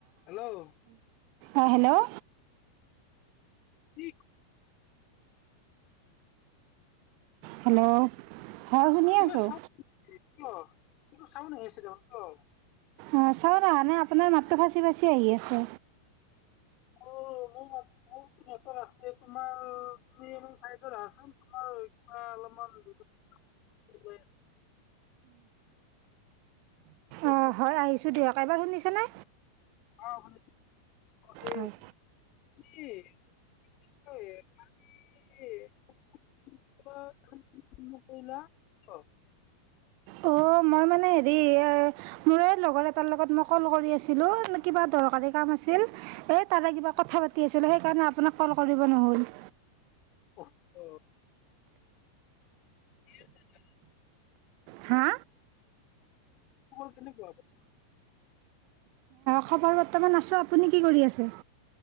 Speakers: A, on the left; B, on the right.
A: Hello
B: অ'হ hello?
A: কি?
B: Hello! হয়, শুনি
A: কিবা
B: আছোঁ।
A: চাউণ্ড কিয় কিবা চাউণ্ড আহি আছে দেখোন! কিয়?
B: অ' চাউণ্ড অহা নাই, আপোনাৰ মাতটো ফাটি ফাটি আহি আছে।
A: অ' মোৰ, নেটৱৰ্কৰ আছে। তোমাৰ, তুমি অলপ চাইডত আহাচোন। তোমাৰ কিবা অলপমান আছে।
B: অ' হয় আহিছোঁ দিয়ক। এইবাৰ শুনিছানে?
A: অ', শুনিছোঁ। এই
B: হয়।
A: <unintelligible>
B: অ' মই মানে হেৰি, মোৰ এই লগৰ এটাৰ লগত মই ক'ল কৰি আছিলোঁ। কিবা দৰকাৰী কাম আছিল, এই তাৰে কিবা কথা পাতি আছিলোঁ, সেইকাৰণে আপোনাক ক'ল কৰিব নহ'ল।
A: অ'! অ'! দি আছে এতিয়া।
B: হা?
A: তোমাৰ কেনেকুৱা?
B: খবৰ, বৰ্তমান আছোঁ, আপুনি কি কৰি আছে?